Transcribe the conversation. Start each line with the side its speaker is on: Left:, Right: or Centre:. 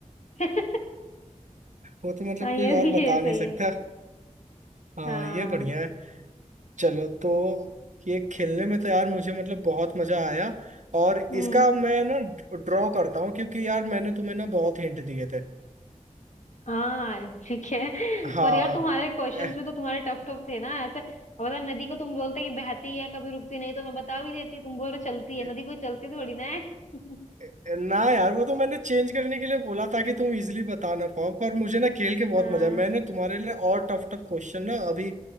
Left: <laughs>
Right: वो तो मतलब
Left: हाँ ये
Right: कोई
Left: भी
Right: और बता
Left: ये सही
Right: नहीं सकता
Left: है
Right: हाँ
Left: हाँ
Right: ये बढ़िया है चलो तो ये खेलने में तो यार मुझे मतलब बहुत मजा आया और
Left: हम्म
Right: इसका मैं ना ड्रॉ करता हूँ क्योंकि यार मैंने तुम्हें ना बहुत हिंट दिए थे
Left: हाँ ठीक है
Right: हाँ
Left: पर यार तुम्हारे क्वेश्चंस
Right: एह,
Left: भी तो तुम्हारे टफ टफ थे ना ऐसे अब बता नदी को तुम बोलते कि बहती है कभी रुकती नहीं तो मैं बता भी देती तुम बोल रहे चलती है
Right: एह,
Left: नदी कोई चलती थोड़ी ना है <laughs>
Right: एह, ना यार वो तो मैंने चेंज करने के लिए बोला ताकि तुम इजीली बता ना पाओ पर मुझे ना खेल के बहुत
Left: हाँ
Right: मजा है मैंने तुम्हारे लिए और टफ टफ क्वेश्चन ना अभी